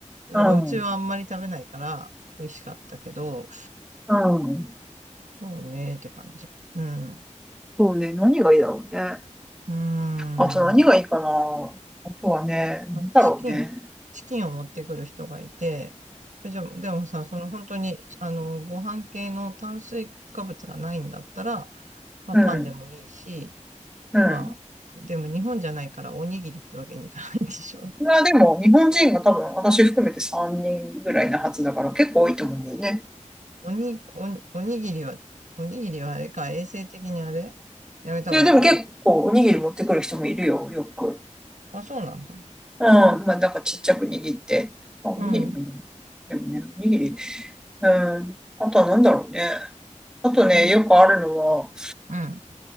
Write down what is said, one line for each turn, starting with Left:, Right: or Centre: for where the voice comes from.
Right: うわうちはあんまり食べないから美味しかったけど、
Centre: うん。うん。
Right: そうねーって感じ。うん。う
Centre: そうね。何がいいだろうね。
Right: ーん。
Centre: あと何がいいかな。あとはね、何だろうね。
Right: まあチキン、チキンを持ってくる人がいて、えじゃあ、でもさ、その本当に、あの、ご飯系の炭水化物がないんだったら、まあパンでもいいし、
Centre: うん。うん。
Right: まあ、でも日本じゃないからおにぎりってわけにいかないんでしょ。
Centre: まあでも、日本人が多分、私含めて3人ぐらいなはずだから、結構多いと思うんだよね。
Right: <laughs> おに、おに、おにぎりは、おにぎりはあれか、衛生的にあれやめた方がいいかな。
Centre: いや、でも結構、おにぎり持ってくる人もいるよ、よく。
Right: あ、そうなんだ。
Centre: うん。
Right: うん、
Centre: まあ、なんかちっちゃく握って。あ、おにぎりもいいの。
Right: うん。
Centre: でもね、おにぎり。うん。あとは何だろうね。あとね、
Right: うん。
Centre: よくあるのは、
Right: うん。